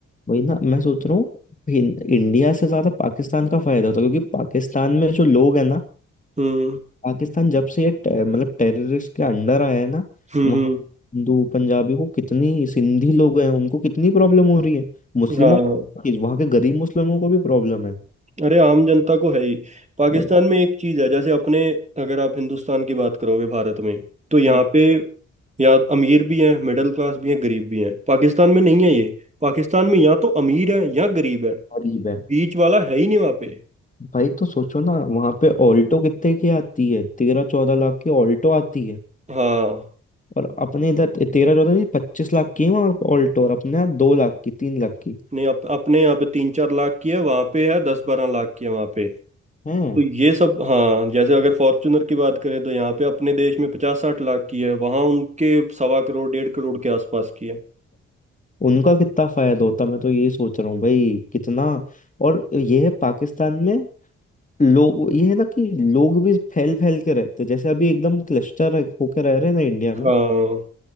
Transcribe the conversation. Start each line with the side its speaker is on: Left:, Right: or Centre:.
Left: वही ना मैं सोच रहा हूँ हिन- इंडिया से ज्यादा पाकिस्तान का फायदा होता है क्योंकि पाकिस्तान में जो लोग हैं ना
Right: हम्म
Left: पाकिस्तान जब से ये टे, मतलब टेररिस्ट के अंडर आया है ना
Right: हम्म
Left: वहाँ हिंदू पंजाबी को कितनी सिंधी लोग हैं उनको कितनी प्रॉब्लम हो रही है मुस्लिमों
Right: हम्म, हाँ
Left: को कि वहाँ के गरीब मुस्लिमों को भी प्रॉब्लम है
Right: अरे आम जनता को है ही पाकिस्तान
Left: वही
Right: में एक चीज है जैसे अपने अगर आप हिंदुस्तान की बात करोगे भारत में तो यहाँ
Left: हाँ
Right: पे यहाँ अमीर भी हैं मिडिल क्लास भी हैं गरीब भी हैं पाकिस्तान में नहीं है ये पाकिस्तान में या तो अमीर है या गरीब है
Left: गरीब है
Right: बीच वाला है ही नहीं वहाँ पे
Left: भाई तो सोचो ना वहाँ पे ऑल्टो कितने की आती है तेरह चौदह लाख की ऑल्टो आती है
Right: हाँ
Left: और अपने इधर तेरह चौदह नहीं पच्चीस लाख की है वहाँ ऑल्टो और अपने यहाँ दो लाख की तीन लाख की
Right: नहीं अप, अपने यहाँ पे तीन चार लाख की है वहाँ पे है दस बारह लाख की है वहाँ पे
Left: है
Right: तो ये सब हाँ जैसे अगर फॉर्चुनर की बात करें तो यहाँ पे अपने देश में पचास साठ लाख की है वहाँ उनके सवा करोड़ डेढ़ करोड़ के आसपास की है
Left: उनका कितना फायदा होता मैं तो ये सोच रहा हूँ भाई कितना और ये है पाकिस्तान में लोग ये है ना कि लोग भी फैल फैल के रहते हैं जैसे अभी एकदम क्लस्टर होके रह रहे हैं ना इंडिया में
Right: हाँ